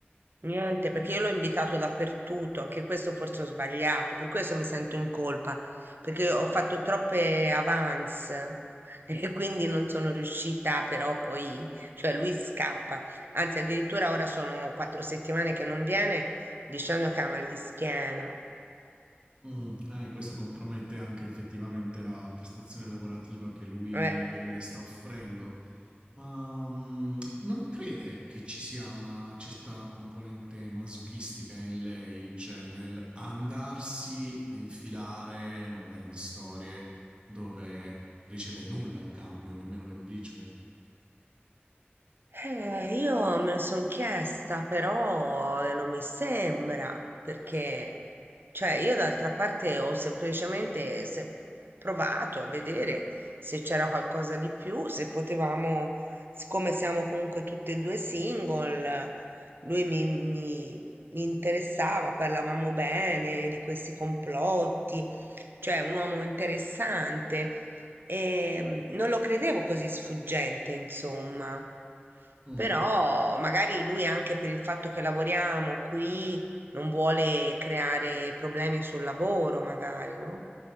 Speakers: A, on the right; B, on the right.
A: Niente, perché io l'ho invitato dappertutto, anche questo forse ho sbagliato, per questo mi sento in colpa, perché ho fatto troppe avance <laughs> e quindi non sono riuscita però poi, cioè lui scappa, anzi addirittura ora sono quattro settimane che non viene dicendo che ha mal di schiena.
B: Mm, eh, questo compromette anche effettivamente la prestazione lavorativa che lui,
A: Eh,
B: che lui le sta offrendo. Ma, mhmm, non crede che ci sia una certa componente masochistica in lei, cioè nel andarsi a infilare magari in storie dove riceve nulla in cambio, nemmeno le briciole?
A: Eh, io me lo sono chiesta, però eh, non mi sembra, perché, cioè, io d'altra parte ho semplicemente se- provato a vedere se c'era qualcosa di più, se potevamo, siccome siamo comunque tutti e due single, lui mi, mi mi interessava, parlavamo bene di questi complotti, cioè un uomo interessante e mm, non lo credevo così sfuggente, insomma.
B: Mh.
A: Però magari lui anche per il fatto che lavoriamo qui non vuole creare problemi sul lavoro, magari, no?